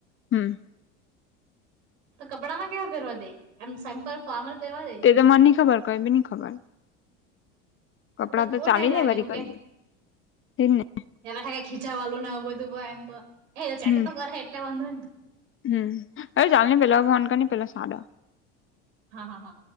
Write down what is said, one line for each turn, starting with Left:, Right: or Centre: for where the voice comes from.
Left: હમ
Right: તો કપડા માં કેવા પેરવા દે એમ સેમ્પલ ફારમલ દવા દ
Left: તે તો મને ની ખબર કઈ બી ની ખબર કપડાં
Right: અ તો બહુ ટાઈમ
Left: ચાલી
Right: લાગે
Left: જાય વરી
Right: દેખું
Left: કઈ
Right: કે
Left: બી તેજ ને
Right: એવા થ ખીચા વાલ બધું ભ એમ એ તો ચેક
Left: હમ
Right: તો કરે એટલે વાંધો નને
Left: હમ અરે ચાલ ને પેલા ફોન કર ને પેલો સાદો
Right: હા હા હા